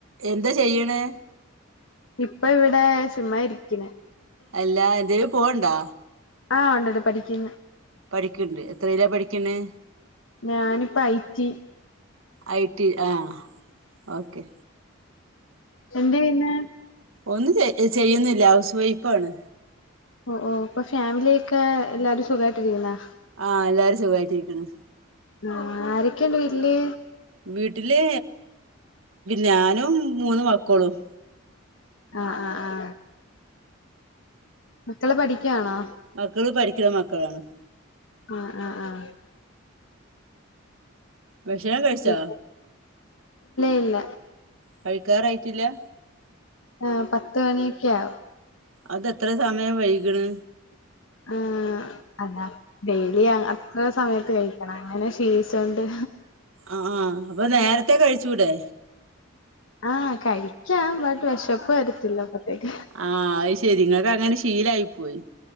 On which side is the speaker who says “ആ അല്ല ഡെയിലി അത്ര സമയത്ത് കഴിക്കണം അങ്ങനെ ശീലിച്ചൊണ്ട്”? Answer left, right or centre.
Left